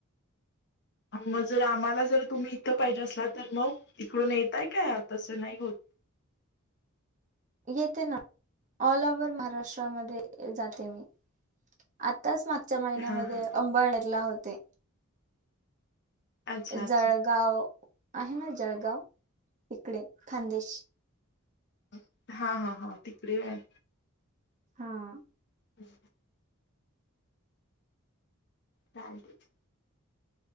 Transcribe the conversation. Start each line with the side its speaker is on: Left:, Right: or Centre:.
Left: मग जर आम्हाला जर तुम्ही इथं पाहिजे असला तर मग तिकडून येतय काय तसं नाही होत
Right: येते ना ऑल ओव्हर महाराष्ट्रामध्ये जाते मी आताच मागच्या महिन्यामध्ये
Left: हा हा
Right: अंबाळनेरला होते.
Left: अच्छा अच्छा
Right: जळगाव, आहे ना जळगाव, तीकडे खानदेश.
Left: हा, हा, हा, तिकडे आहे.
Right: हां.
Left: ह <inaudible> तीथ आलते.